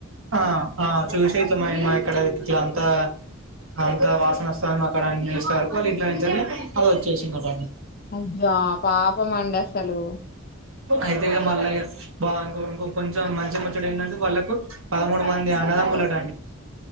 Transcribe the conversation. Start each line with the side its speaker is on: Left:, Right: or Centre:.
Right: అ అ చూసైల మా మా ఇక్కడట్లా అంత అంత వాసన వస్తాము అక్కడ అన్న ఇస్తే వరకు వాళ్ళు ఇంట్లో నుంచి అ వచ్చేసిటన్ని
Left: అజా పాపం మండి అస్సలు
Right: అయితే ఇక మళ్ళీ ఇం కొంచెం మంచి ముచ్చడు ఏంటంటే వాళ్ళకు పదమూడు మంది అన్నదమ్ములట అండి